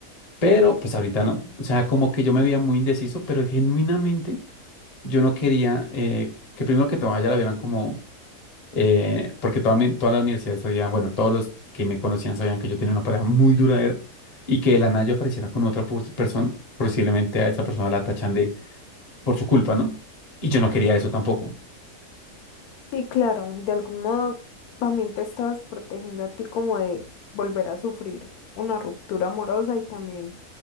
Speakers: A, on the left; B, on the left.
A: pero pues ahorita no. O sea, como que yo me veía muy indeciso, pero genuinamente yo no quería eh, que primero que todo a ella la vieran como eh, porque toda mi- todas las universidades sabían, bueno, todos los que me conocían sabían que yo tenía una pareja muy duradera y que de la nada yo apareciera con otra pers- persona, posiblemente a esa persona la tachan de por su culpa, ¿no? Y yo no quería eso tampoco.
B: Sí, claro, de algún modo también te estabas protegiendo a ti como de volver a sufrir una ruptura amorosa y también